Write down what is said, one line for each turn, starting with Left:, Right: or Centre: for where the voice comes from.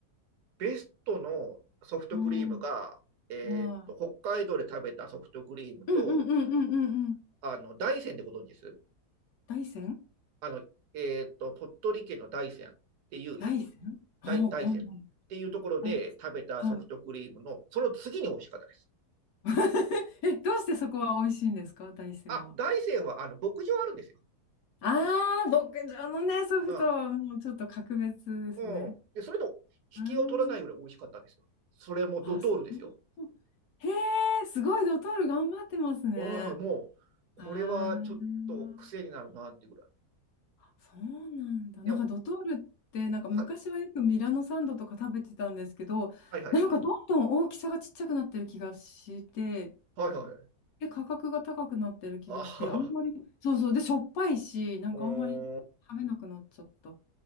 Right: ベストのソフトクリームが、
Left: うん。
Right: えーっと、
Left: は
Right: 北海道で食べたソフトクリームと、
Left: い。うんうんうんうんうんうん。
Right: あの、大山でご存知です
Left: 大山
Right: あの、えーっと、鳥取県の大山っていう、
Left: 大山ああー、
Right: 大、大山っていうところで食べたソフトクリームの、
Left: わんなはい。はい
Right: その次に美味しかったです。
Left: <laughs> え、どうしてそこは美味しいんですか、大山は。
Right: あ、大山はあの牧場あるんですよ。
Left: ああ、牧場のね、ソフトはもうちょっと格別ですね。
Right: うん。うん。で、それと引きを取らないぐらい美味しかったんですよ。
Left: うーん。
Right: それもドトールですよ。
Left: あ、そう。へえ、すごい、ドトール頑張ってますね。
Right: ああ、もう、
Left: ああ、
Right: これはちょっと癖になるなっていうぐらい。
Left: そうなんだ。なんかドトールって、
Right: でも、
Left: なんか昔はよくミラノサンドとか食べてたんですけど、
Right: はい、はいはい。
Left: なんかどんどん大きさがちっちゃくなってる気がして、
Right: はいはい。
Left: で、価格が高くなってる気がして、
Right: あ
Left: あんまり、
Right: あ、
Left: そうそう、で、しょっぱいし、なんかあんまり食べなくなっちゃった。
Right: うん。